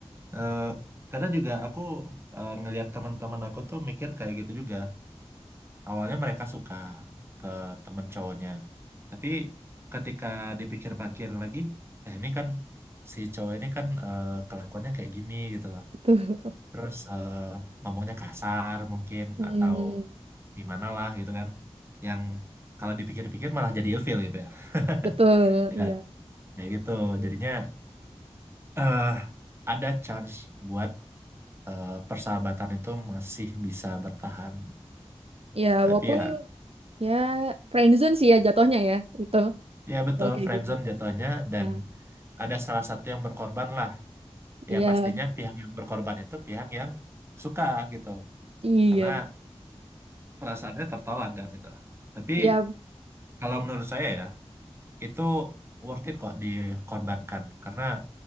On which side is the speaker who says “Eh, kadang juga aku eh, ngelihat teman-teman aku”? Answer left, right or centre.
Right